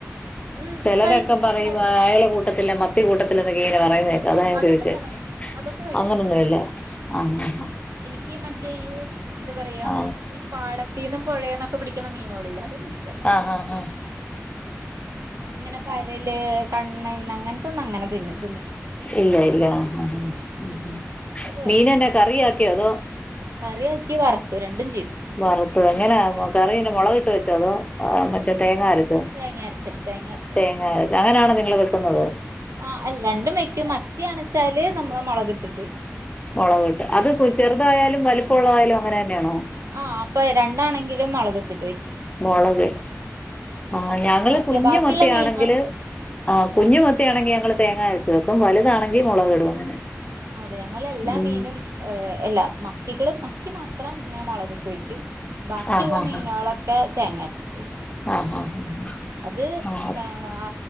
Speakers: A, on the right (about 70°); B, on the left (about 25°).
A: ഉം
B: ചെലരൊക്കെ
A: കഴിക്കും
B: പറയും
A: കുഴപ്പല്ല
B: അയല കൂട്ടത്തില്ല മ ത്തി കൂട്ടത്തില്ല ങ്ങനൊക്കെ ഇങ്ങനെ പറയുന്നെ കേൾക്കാ
A: ഉം
B: അതാ ഞാൻ
A: അതൊക്കെ
B: ചോദിച്ചെ.
A: കഴിക്കും അതൊക്കെ
B: അങ്ങനൊന്നും ഇല്ല ആഹ് ആഹ്
A: എനിയ്ക്ക് മറ്റേ ഈ എന്താ പറയാ
B: ആഹ്
A: ഈ പാടത്തീന്നും പൊഴേന്നൊക്കെ പിടിക്കണ മീനോളില്ലെ അതൊന്നും ഇഷ്ടല്ല
B: അഹാഹ
A: ഇങ്ങനെ പരല്, കണ്ണൻ അങ്ങൻത്തൊന്നും അങ്ങനെ തിന്നും.
B: ഇല്ല ഇല്ല ഉം ഉം ഉം ഉം
A: മറ്റേത് കഴിക്കും
B: മീനെന്നാ കറി ആക്കിയോ അതോ?
A: കറിയാക്കി വർത്തു രണ്ടും ചെയ്തു.
B: വറത്തു എങ്ങനെ കറി എന്നാ മൊളക് ഇട്ട് വെച്ചൊ അതോ അ മറ്റേ? തേങ്ങ അരച്ചോ
A: തേങ്ങ അരച്ചിട്ട് തേങ്ങ അരച്ചിട്ട്
B: തേങ്ങ അരച്ച് അങ്ങനാണോ നിങ്ങള് വെക്കുന്നത്?
A: ആ അല്ലാണ്ടും വയ്ക്കും മത്തിയാണ്ച്ചാല് നമ്മള് മൊളക് ഇട്ടിട്ട് വെ
B: മൊളകിട്ട് അത് കു ചെറുതായാലും വലിപ്പള്ളതായാലും അങ്ങനെ തന്നെയാണോ?
A: ആ അപ്പം രണ്ടാണെങ്കിലും മൊളക് ഇട്ടിട്ട് വയ്ക്കും.
B: മൊളക് ആ ഞങ്ങള്
A: മറ്റേ
B: കുഞ്ഞു
A: ബാക്കിയുള്ള
B: മത്തിയാണെങ്കില്
A: മീനുകൾ
B: ആ കുഞ്ഞു
A: ആഹ്
B: മ ത്തി ആണെങ്കി ഞങ്ങള് തേങ്ങ അരച്ച് വെക്കും വലുതാണങ്കി മൊളക് ഇടും അങ്ങനെ.
A: അതെ ഞങ്ങള് എല്ലാ
B: ഉം
A: മീനും ഹ് അല്ലാ മത്തികള് മത്തി മാ ത്രം ഞാൻ മൊളകിട്ട് വയ്ക്കും ബാക്കിള്ള
B: ആഹ് ആഹ് ആഹ്
A: മീനളൊക്കെ തേങ്ങ അരച്ചിട്ട് വയ്ക്കും.
B: ആഹ് ആഹ്
A: അത്
B: ആഹ്
A: എന്താണ് ആ